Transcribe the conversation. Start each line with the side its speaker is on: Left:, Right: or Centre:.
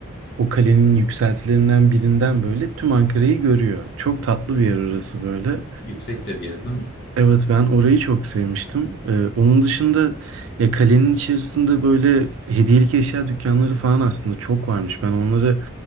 Right: o kalenin yükseltilerinden birinden böyle tüm Ankara'yı görüyor. Çok tatlı bir
Left: Evet,
Right: yer orası böyle.
Left: yüksek de bir yer değil mi?
Right: Evet ben orayı çok sevmiştim. Ee, onun dışında ya kalenin içerisinde böyle hediyelik eşya dükkanları falan aslında çok varmış. Ben onları